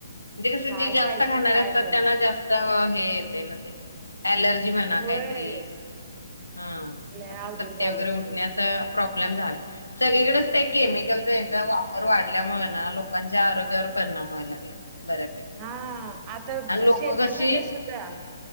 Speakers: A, on the left; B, on the right.
A: म्हणजे कस
B: काय
A: जे जास्त
B: खायचं
A: खाणारे
B: आणि काय
A: असतात
B: सोडायचं
A: त्यांना जास्त हे <inaudible> ते एलर्जी म्हणा
B: होय
A: काहीतरी. हा
B: लय
A: असं
B: अवघड
A: चट्टे
B: झालंय
A: वगैरे
B: सगळं
A: उठण्या अस प्रॉब्लेम झाला. सगळीकडेच ते केमिकलचा याचा वापर वाढल्यामुळे ना लोकांच्या आरोग्यावर परिणाम व्हाय लागले. बऱ्यापैकी.
B: हा आता
A: आणि लोक
B: शेतीमध्ये
A: कशी
B: सुद्धा